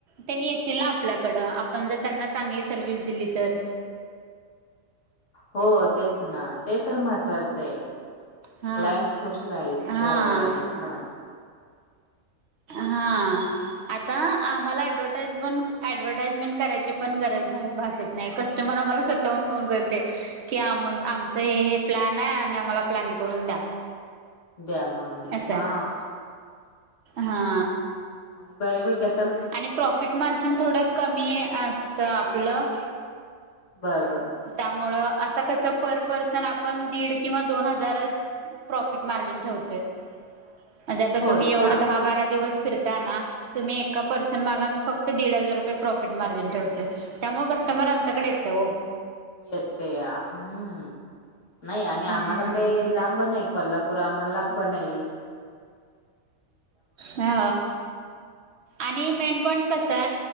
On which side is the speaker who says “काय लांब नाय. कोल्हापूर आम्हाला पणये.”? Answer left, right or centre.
Left